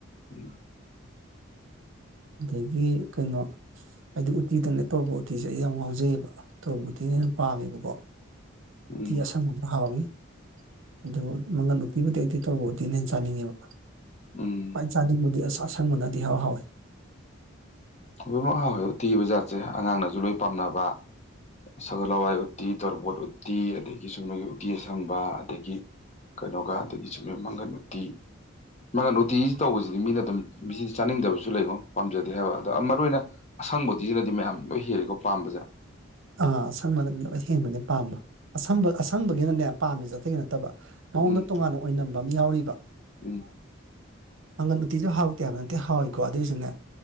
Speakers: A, on the left; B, on the right.
A: ꯎꯝ
B: ꯑꯗꯒꯤ ꯀꯩꯅꯣ ꯍꯥꯏꯗꯤ ꯎꯇꯤꯗꯅ ꯇꯧꯔꯣꯕꯣꯠ ꯎꯇꯤꯁꯦ ꯑꯩ ꯌꯥꯝ ꯉꯥꯎꯖꯩꯌꯦꯕ ꯇꯣꯕꯣꯠ ꯎꯇꯤꯅ ꯍꯦꯟꯅ ꯄꯥꯝꯃꯦꯕꯀꯣ
A: ꯎꯝ
B: ꯎꯇꯤ ꯑꯁꯪꯕ ꯍꯥꯎꯋꯤ ꯑꯗꯨ ꯃꯪꯒꯟ ꯎꯇꯤꯕꯨꯗꯤ ꯑꯩꯗꯤ ꯇꯣꯔꯕꯣꯠ ꯎꯇꯤꯅ ꯍꯦꯟꯅ ꯆꯥꯅꯤꯡꯉꯦꯕ
A: ꯎꯝ
B: ꯈꯋꯥꯏ ꯆꯥꯅꯤꯡꯕꯗꯤ ꯑꯁꯪ ꯑꯁꯪꯕꯅꯗꯤ ꯏꯍꯥꯎ ꯍꯥꯎꯋꯦ
A: ꯂꯣꯏꯃꯛ ꯍꯥꯎ ꯎꯠꯇꯤ ꯍꯥꯏꯕ ꯖꯥꯠꯁꯦ ꯑꯉꯥꯡꯅꯁꯨ ꯂꯣꯏ ꯄꯥꯝꯅꯕ ꯁꯒꯣꯜ ꯍꯋꯥꯏ ꯎꯠꯇꯤ ꯇꯣꯔꯕꯣꯠ ꯎꯇꯤ ꯑꯗꯒꯤ ꯆꯨꯝꯅꯒꯤ ꯎꯇꯤ ꯑꯁꯪꯕ ꯑꯗꯒꯤ ꯀꯩꯅꯣꯒ ꯑꯗꯒꯤ ꯆꯨꯞꯝꯅꯒꯤ ꯃꯪꯒꯟ ꯎꯇꯤ ꯃꯥꯒꯟ ꯎꯇꯤꯁꯤ ꯇꯧꯕꯁꯤꯗꯤ ꯃꯤꯅ ꯑꯗꯨꯝ ꯃꯤꯁꯤ ꯆꯥꯅꯤꯡꯗꯕꯁꯨ ꯂꯩꯉꯣ ꯄꯥꯝꯖꯗꯦ ꯍꯥꯏꯕ ꯑꯗꯣ ꯃꯔꯨ ꯑꯣꯏꯅ ꯑꯁꯪꯕ ꯎꯇꯤꯁꯤꯅꯗꯤ ꯃꯌꯥꯝ ꯂꯣꯏ ꯍꯦꯜꯂꯤꯀꯣ ꯄꯥꯝꯕꯁꯦ
B: ꯑꯥ ꯑꯁꯪꯕꯅꯗꯤ ꯂꯣꯏ ꯍꯦꯟꯕꯅꯦ ꯄꯥꯝꯕ ꯑꯁꯕ ꯑꯁꯪꯕꯒꯤꯅꯅꯦ ꯄꯥꯝꯃꯦꯁꯦ ꯑꯇꯩꯒꯤ ꯅꯠꯇꯕ ꯃꯉꯣꯟꯗ
A: ꯎꯝ
B: ꯇꯣꯉꯥꯟꯅ ꯑꯣꯏꯅꯝꯕ ꯑꯃ ꯌꯥꯎꯔꯤꯕ
A: ꯎꯝ
B: ꯃꯪꯒꯟ ꯎꯇꯤꯁꯨ ꯍꯥꯎꯇꯦ ꯍꯥꯏꯕ ꯅꯠꯇꯦ ꯍꯥꯎꯋꯏꯀꯣ ꯑꯗꯨꯑꯣꯏꯁꯨꯅꯦ